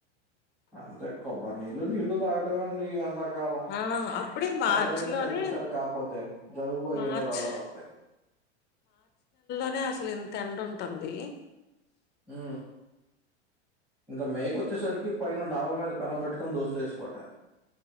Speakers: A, in the centre; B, on the left.
A: అంతే కొబ్బరి నీళ్లు నీళ్లు తాగటం ఆ ఎండాకాలం
B: ఆ అప్పుడే మార్చి
A: చల్లయని
B: లోనే
A: తగ్గించాలి కాకపోతే జలుబు అయని
B: మార్చ్
A: రోగాలు వత్తాయి
B: అనే అసలు ఇంత ఎండ ఉంటుంది
A: హూ ఇంకా మే కొచ్చేసరికి పైన డావా మీద పెనంబట్టుకొని దోసలు వేసుకోవటమే